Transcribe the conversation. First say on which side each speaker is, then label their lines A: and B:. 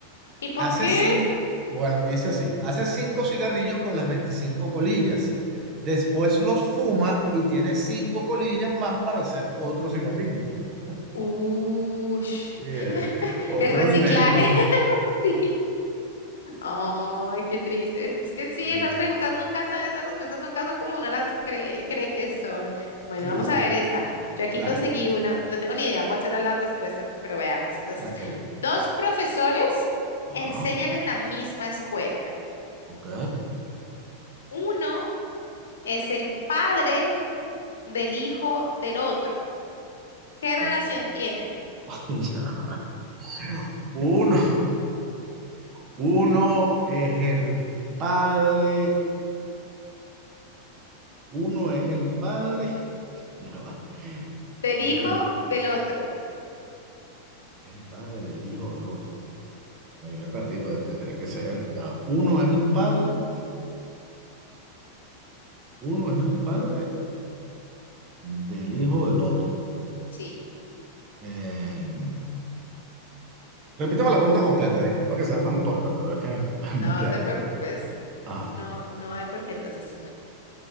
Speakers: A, on the left; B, on the right.
A: ¿y por
B: Hace
A: qué?
B: cinco bueno, aquí dice así, hace 5 cigarrillos con las 25 colillas. Después los fuma y tiene 5 colillas más para hacer otro cigarrillo. <laughs>
A: Ush.
B: Yeah,
A: <laughs>
B: Otro
A: el reciclaje.
B: nivel, pues.
A: <laughs> Sí. Ay, qué triste. Es que sí,
B: Sí,
A: esas preguntas nunca son, esas respuestas nunca son como uno las cree, cree que son. Bueno,
B: sí,
A: vamos
B: sí.
A: a ver esta. Yo aquí
B: Dale,
A: conseguí una, no tengo ni idea cuál será la respuesta, pero veamos. Entonces,
B: tranquilo.
A: dos profesores
B: Ajá,
A: enseñan en la misma escuela.
B: ok.
A: Uno es el padre del hijo del otro. ¿Qué relación
B: Ok,
A: tienen?
B: <laughs> ya va. Uno. Uno es el padre, uno es el padre, <laughs> ya va,
A: Del
B: del,
A: hijo del otro.
B: es el padre del hijo del otro. Ahí me perdí, pero tendría que ser, ya va. Uno es el padre, uno es el padre del hijo del otro.
A: Sí,
B: Eh, repítame la pregunta completa, disculpa que sea tan torpe, pero es que <laughs>
A: no
B: me pierdo.
A: te preocupes.
B: Ajá,
A: No, no hay por qué entonces